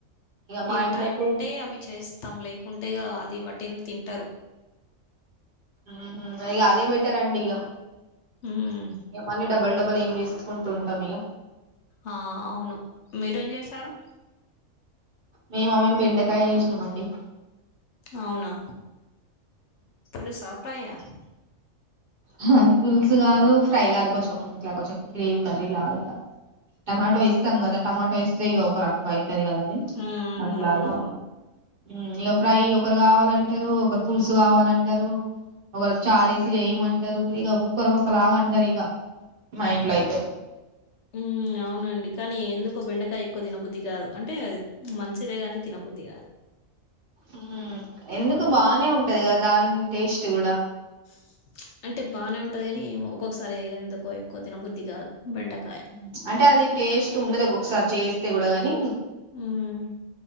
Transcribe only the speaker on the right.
మా
ఇంట్లో
అయితే
ఉమ్ ఇగ అదే బెటర్ అండి ఇగ
ఇగ మళ్లీ డబల్ డబల్ ఏం చేస్తా. చేసుకుంటూ ఉంటాం ఇగ.
మేమా మేం బెండకాయ చేసినాంమండి.
ఆహ్ అది పులుసు గాదు ఫ్రై గాదు. కొంచెం ఇట్లా కొంచెం గ్రేవీ కర్రీలాగా ఇగ. టమాటో ఎస్తాం గదా, టమాటో ఎస్తే ఇగ ఒక రకంగా అయి. ఉంటాది కదా అని
అట్లా
ఇగ. ఉమ్ ఇగ ఫ్రై ఒకరు కావాలంటారు ఒకరు పులుసు కావాలంటారు. ఒక్కరు చారేసి జేయమంట్ అంటారు. ఇగ ఒక్కొక్కరు ఒక్కొక్కలాగా అంటారు. ఇగ మా ఇంట్లో అయితే.
ఉమ్ ఎందుకు బానే ఉంటది గదా దాని టేస్ట్ గూడా.
ప్చ్ అంటే అది టేస్ట్ ఉండదు ఒక్కొక్కసారి చేస్తే గూడా గానీ.